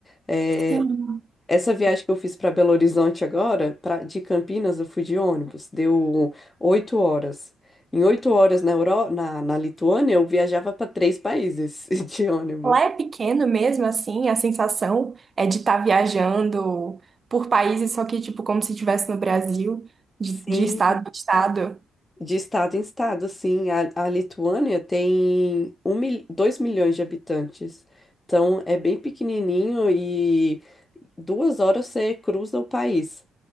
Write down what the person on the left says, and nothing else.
eh,
essa viagem que eu fiz para Belo Horizonte agora, pra- de Campinas, eu fui de ônibus, deu oito horas. Em oito horas na Euro, na, na Lituânia, eu viajava para três países <laughs> de ônibus.
Sim,
de estado em estado, sim. A, a Lituânia tem um, mil- dois milhões de habitantes. Então é bem pequenininho e duas horas você cruza o país.